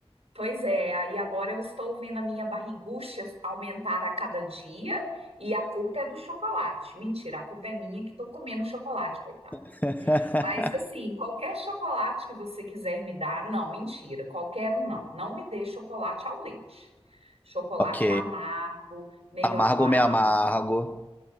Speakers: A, on the right; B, on the left.
A: Pois é, aí agora eu estou vendo a minha barrigucha aumentar a cada dia e a culpa é do chocolate. Mentira, a culpa é minha que estou comendo chocolate, coitada.
B: <laughs>
A: Mas assim, qualquer chocolate que você quiser me dar, não, mentira, qualquer um não. Não me dê chocolate ao leite. Chocolate
B: Ok.
A: amargo, meio
B: Amargo
A: amargo,
B: ou meio amargo?